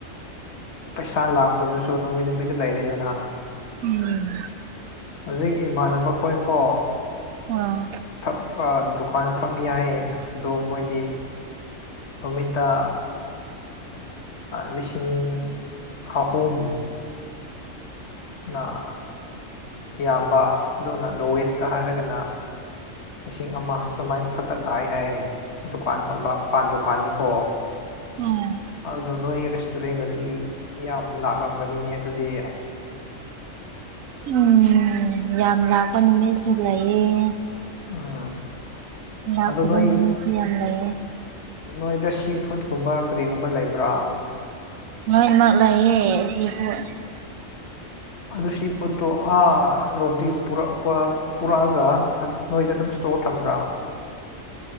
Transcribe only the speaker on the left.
ꯄꯩꯁꯥ ꯂꯥꯛꯄꯗꯨꯁꯨ ꯅꯨꯄꯤꯠ ꯅꯨꯃꯤꯠꯇ ꯂꯩꯔꯤꯗꯅ
ꯍꯧꯖꯤꯛ ꯏꯃꯥꯟꯅꯕ ꯈꯣꯏꯀꯣ
ꯊꯛ ꯗꯨꯀꯥꯟ ꯐꯝ ꯌꯥꯏꯌꯦ ꯑꯗꯣ ꯃꯣꯏꯗꯤ ꯅꯨꯃꯤꯠꯇ ꯂꯤꯁꯤꯡ ꯑꯍꯨꯝ ꯅ ꯌꯥꯝꯕ ꯑꯗꯨꯅ ꯂꯣꯋꯦꯁꯇ ꯍꯥꯏꯔꯒꯅ ꯂꯤꯁꯤꯡ ꯑꯃ ꯁꯨꯃꯥꯏꯅ ꯈꯛꯇ ꯂꯥꯛꯑ ꯍꯥꯏꯌꯦ ꯗꯨꯀꯥꯟ ꯄꯥꯟ ꯗꯨꯀꯥꯟꯅꯤꯀꯣ
ꯑꯗꯨ ꯅꯣꯏ ꯔꯦꯁꯇꯨꯔꯦꯟꯒꯗꯤ ꯌꯥꯝ ꯂꯥꯛꯂꯝꯒꯅꯤꯅꯦ ꯑꯗꯨꯗꯤ
ꯎꯝ
ꯑꯗꯣ ꯅꯣꯏ
ꯅꯣꯏꯗ ꯁꯤ ꯐꯨꯗꯀꯨꯝꯕ ꯀꯔꯤꯒꯨꯝꯕ ꯂꯩꯕ꯭ꯔꯥ
ꯑꯗꯨ ꯁꯤ ꯄꯣꯠꯇꯣ ꯑꯥ ꯔꯣꯝꯗꯒꯤ ꯄꯨꯔꯛꯄ ꯄꯨꯔꯛꯑꯒ ꯅꯣꯏꯗ ꯑꯗꯨꯝ ꯏꯁꯇꯣꯔ ꯊꯝꯕ꯭ꯔꯥ